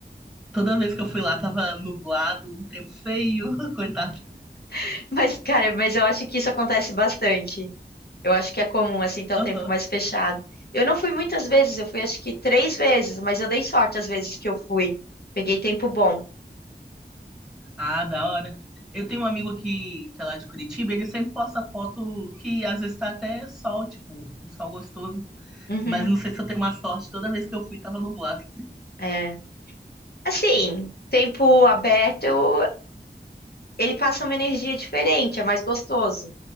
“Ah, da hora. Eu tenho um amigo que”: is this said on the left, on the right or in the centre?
Centre